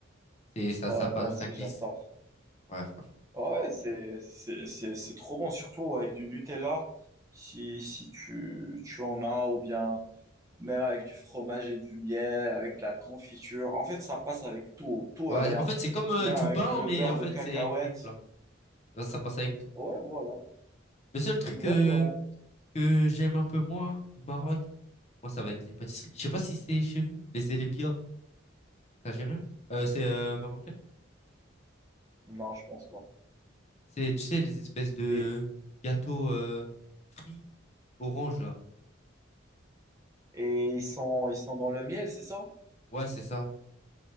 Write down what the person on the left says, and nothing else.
C'est, ça,
ça, passe-
ça glisse.
Ouais, franchement.
Ouais.
Ouais,
en fait, c'est comme euh,
du
pain,
mais
en
fait,
c'est plus plat. Là, ça passe avec tout.
Le seul truc
que, que j'aime un peu moins au Maroc, moi, ça va être les pâtisseries. Je sais pas si c'est chez vous, les élébia, c'est algérien. Euh, c'est euh, marocain.
C'est, tu sais, les espèces de
gâteaux euh, frits orange, là.
Ouais, c'est ça.